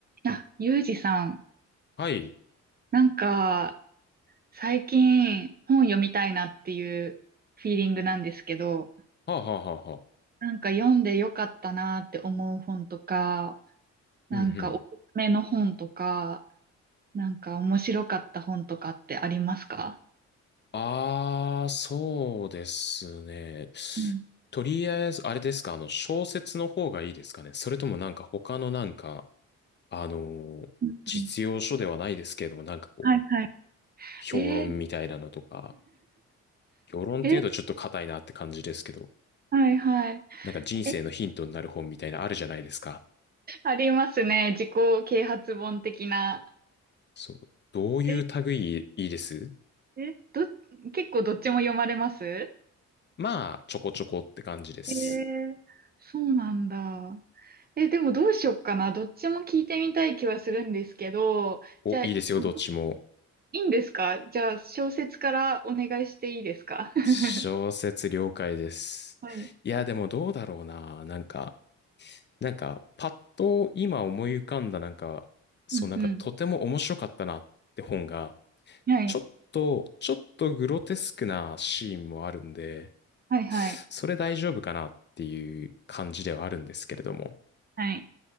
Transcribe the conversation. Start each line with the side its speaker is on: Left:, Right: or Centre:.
Right: あ、ゆうじさん、
Left: はい。
Right: なんか、最近本読みたいなっていうフィーリングなんですけど、
Left: はあ、はあはあはあ。
Right: なんか読んでよかったなって思う本とか、なんかおすすめの本とか、
Left: うんうん。
Right: なんか面白かった本とかってありますか
Left: ああ、そうですね。
Right: うん。
Left: とりあえず、あれですか、あの、小説の方がいいですかね。それともなんか他のなんか、あのー実用書ではないですけれども、
Right: うんうん
Left: なんかこう、
Right: はいはい。
Left: 評論みたいなのとか、
Right: えー、
Left: 評論っていうとちょっと硬いなって感じですけど、
Right: え、<laughs> はいはい。
Left: なんか人生のヒントになる本みたいなあるじゃないですか。
Right: え、ありますね。自己啓発本的な。
Left: そう。どういう類いいです
Right: え、え、ど、結構どっちも読まれます
Left: まあ、ちょこちょこって感じです。
Right: えー、そうなんだ。え、でもどうしよっかな。どっちも聞いてみたい気はするんですけど、
Left: お、
Right: じゃあ、
Left: いいですよ、
Right: あの
Left: どっちも。
Right: いいんですかじゃあ、小説からお願いしていいですか <laughs>
Left: 小説了解です。
Right: はい。
Left: いや、でもどうだろうな。なんか、なんか、パッと今思い浮かんだ、なんか、そう、
Right: うんうん。
Left: なんかとても面白かったなって本が、
Right: はい。
Left: ちょっと、ちょっとグロテスクなシーンもあるんで、
Right: はいはい。
Left: それ大丈夫かなっていう感じではあるんですけれども、
Right: はい。